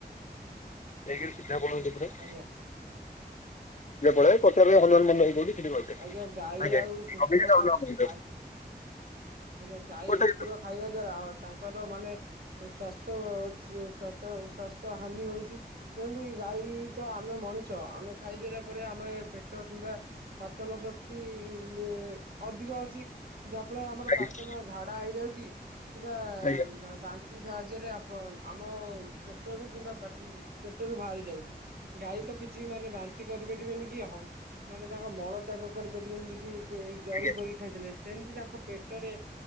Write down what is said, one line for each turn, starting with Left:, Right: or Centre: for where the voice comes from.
Left: ଠିକି ସିଧା ପଳାନ୍ତୁ ପୁରା
Right: ଆଜ୍ଞା
Left: ଟିକେ ପଳେଇବେ ପଚାରିବେ ହନୁମାନ ମନ୍ଦିରକୁ କୋଉଠି ସେଇଠି କହିଦେବେ
Right: ଆଜ୍ଞା ଗାଈ ଆଉ କୁକୁର
Left: ଆଜ୍ଞା
Right: ଖା
Left: <inaudible>
Right: ଆଜ୍ଞା ଗାଈ,
Left: କୋଟାକ
Right: କୁକୁର ଖାଇବା ଦ୍ଵାରା ଆ ତାଙ୍କର ମାନେ ଏ ସ୍ୱାସ୍ଥ୍ୟ ସ-ସ୍ୱାସ୍ଥ୍ୟ ସ୍ଵାସ୍ଥ୍ୟ ହାନି ହୋଉଚି। ଯେମିତିକି ଗାଈ ତ ଆମେ ମଣିଷ ଆମେ ଖାଇଦେଲା ପରେ ଆମେ ପେଟ କିମ୍ବା ପାଚନ ଶକ୍ତି ଇ ମ୍ ଅଧିକ ଅଛି ଯାହାଫଳରେ ଆମର
Left: ଆଜ୍ଞା
Right: କି ନହ ଝାଡା ହେଇଯାଉଚି କିମ୍ବା
Left: ଆଜ୍ଞା
Right: ବା ବାନ୍ ତି ସାହାଯ୍ୟରେ ଆପ ଆମ ପେଟରୁ କିମ୍ବା ପାଟରୁ ପେଟରୁ ବାହାରି ଯାଉଚି। ଗାଈ ତ କିଛି ମାନେ ବାନ୍ତି କରିପାରିବେନି କି ହ ମାନେ ତାଙ୍କ ମଳ ତ୍ୟାଗ କରିପାରିବେନି ଯଦି ଏତେ ଜରି
Left: ଆଜ୍ଞା
Right: ଫରି ଖାଇଦେଲେ ସେମତି ତାଙ୍କ ପେଟରେ